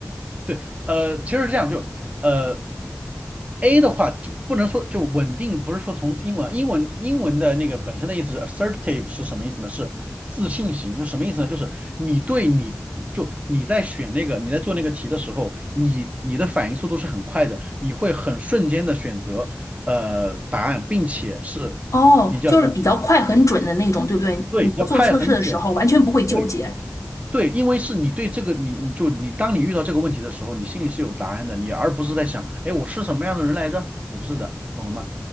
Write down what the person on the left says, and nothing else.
哦，
就是比较快很准的那种，对不对？
你在做测试的时候完全不会纠结。